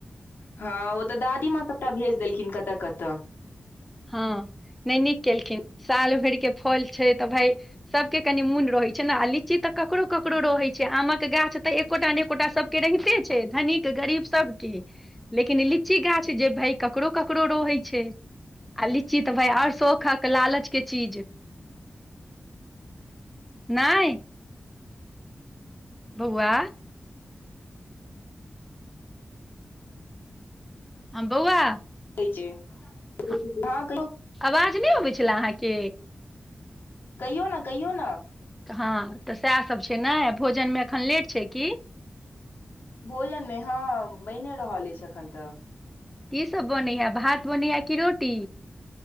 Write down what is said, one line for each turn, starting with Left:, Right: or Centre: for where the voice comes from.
Left: हँ ओ तऽ दादीमााँ सबटा भेज देलखिन कतऽ कतऽ
Centre: हँ नहि नीक केलखिन साल भरि के फल छै तऽ भाय सभके कनि मोन रहैत छै ने आ लीची तऽ ककरो ककरो रहैत छै आमक गाछ तऽ एकोटा नेएकोटा सभ के रहिते छै धनीक गरीब सबके लेकिन लीची गाछ जे भई ककरो ककरो रहै छै आ लीची तऽ भाय आओर शोखक लालच के चीज नहिइ बौआ हँ बौआ
Left: ह <unintelligible>
Centre: हँ, आवाज नहि अबैत छल अहाँ के
Left: कहियौ ने कहियौ ने
Centre: हँ, तऽ सएह सभ छै ने, भोजनमे एखन लेट छै की?
Left: भोजनमे हँ, बहिने रहल अछि एखन तऽ।
Centre: की सभ बनैए? भात बनैए कि रोटी?